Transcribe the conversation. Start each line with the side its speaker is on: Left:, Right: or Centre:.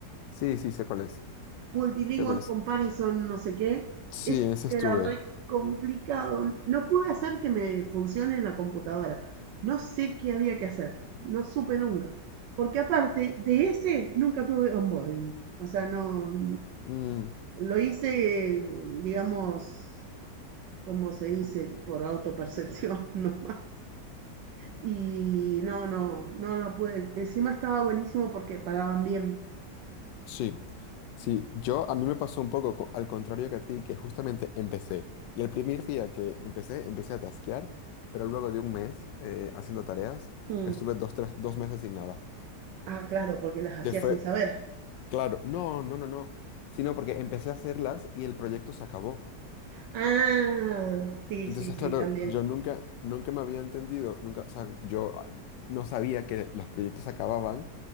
Left: sí, sí, sé cuál es.
Right: Multilingual
Left: Sé cuál es.
Right: Comparison, no sé qué,
Left: Sí,
Right: ese
Left: en ese
Right: era
Left: estuve.
Right: re complicado. No pude hacer que me funcione en la computadora. No sé qué había que hacer, no supe nunca. Porque aparte de ese, nunca tuve onboarding. O sea, no,
Left: Mm,
Right: lo hice, digamos, como se dice, por autopercepción <laughs> nomás. Y no, no, no lo pude. Encima estaba buenísimo porque pagaban bien.
Left: sí. Sí, yo a mí me pasó un poco co- al contrario que a ti, que justamente empecé. Y el primer día que empecé, empecé a tasquear, pero luego de un mes eh, haciendo tareas,
Right: Mm.
Left: estuve dos, tres, dos meses sin nada.
Right: Ah, claro, porque las hacía
Left: Que fue
Right: sin saber.
Left: Claro, no, no, no, no, sino porque empecé a hacerlas y el proyecto se acabó.
Right: Ah, sí,
Left: Entonces,
Right: sí, sí,
Left: claro,
Right: también.
Left: yo nunca, nunca me había entendido, nunca, o sea, yo ah, no sabía que los proyectos se acababan